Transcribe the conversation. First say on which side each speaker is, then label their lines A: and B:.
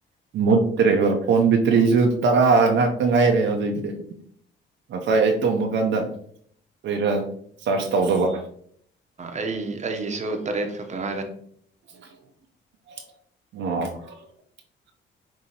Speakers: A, on the right (about 70°); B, on the right (about 35°).
A: ꯃꯠꯇ꯭ꯔꯦꯕ ꯐꯣꯟ ꯇ꯭ꯔꯤꯁꯨ ꯇꯔꯥ ꯉꯥꯛꯇ ꯉꯥꯏꯔꯦ ꯍꯧꯖꯤꯛꯁꯦ ꯉꯁꯥꯏ ꯑꯩ ꯇꯨꯝꯕ ꯀꯥꯟꯗ ꯀ꯭ꯔꯤꯔ ꯆꯥꯔꯖ ꯇꯧꯗꯕ
B: ꯑꯩ ꯑꯩꯒꯤꯁꯨ ꯇꯔꯦꯠ ꯈꯛꯇ ꯉꯥꯏꯔꯦ
A: ꯑ